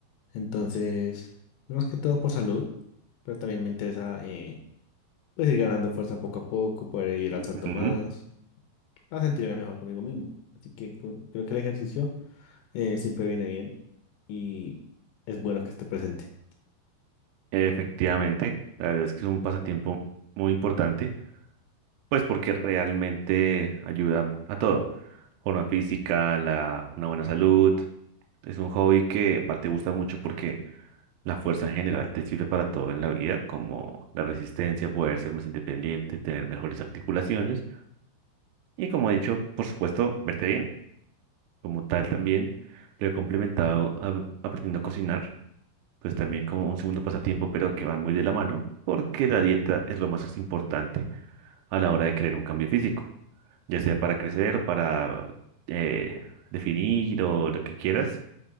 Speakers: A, on the left (about 80°); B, on the right (about 90°).
A: Entonces, más que todo por salud, pero también me interesa eh, pues ir ganando fuerza poco a poco, poder ir
B: ujú,
A: alzando más, para sentirme mejor conmigo mismo. Así que con- creo que el ejercicio eh, siempre viene bien y es bueno que esté presente.
B: efectivamente, la verdad es que es un pasatiempo muy importante, pues porque realmente ayuda a todo. Forma física, la, una buena salud. Es un hobby que aparte gusta mucho porque La fuerza en general te sirve para todo en la vida, como la resistencia, poder ser más independiente, tener mejores articulaciones y, como he dicho, por supuesto, verte bien. Como tal, también lo he complementado a- aprendiendo a cocinar, pues también como un segundo pasatiempo, pero que van muy de la mano, porque la dieta es lo más importante a la hora de crear un cambio físico, ya sea para crecer, para eh, definir o lo que quieras.